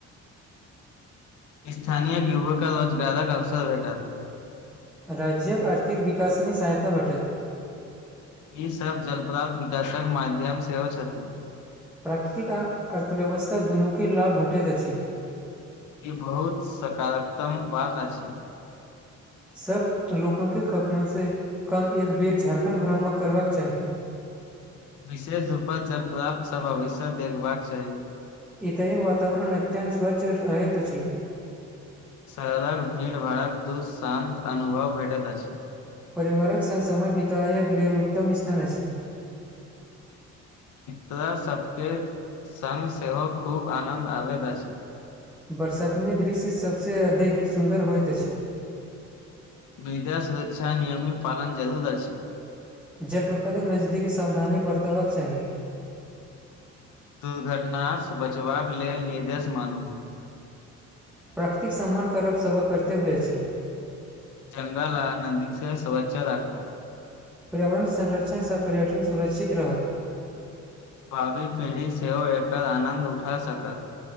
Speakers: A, on the left; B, in the centre.
A: स्थानीय युवक रोजगारक अवसर भेटत
B: राज्यक आर्थिक विकासमे सहायता भेटत
A: ईसभ जलप्रात विकासक माध्यम सेहो छथि
B: प्राकृतिक आ अर्थव्यवस्था दुनूके लाभ भेटैत अछि
A: ई बहुत सकारात्तम बात अछि
B: सभ लोकंके ककमनसँ कम एक बेर झारखण्ड भ्रमण करबाक चाही <inaudible>
A: विशेष रूपक जलप्रात सभ आवश्यक देखबाक चाही
B: इतएक वातावरण अत्यंत स्वच्छ रहैत अछि
A: सड़क भीड़ भाड़ाक दुः शान्त अनुभव भेटैत अछि
B: परिवारक संग समय बितायब लेल उत्तम तन अछि
A: तोरा सबके संग सेहो खूब आनन्द आबैत अछि
B: बरसात मे दृश्य सभसँ अधिक सुन्दर होइत अछि
A: मृदा सुरक्षा नियमित पालन जरुर अछि
B: जलप्रपातक नजदीकी सावधानी बरतबाक चाही
A: दुर्घटना सँ बचबाक लेल निर्देश मानू
B: प्राकृतिक सम्मान करब सभक कर्तव्य अछि
A: जंगल आ नदीक से स्वचछ राखू
B: पर्यावरण संरक्षण सँ पर्यटन सुरक्षित रहत
A: भावी पीढ़ी सेहो एकर आनन्द उठा सकत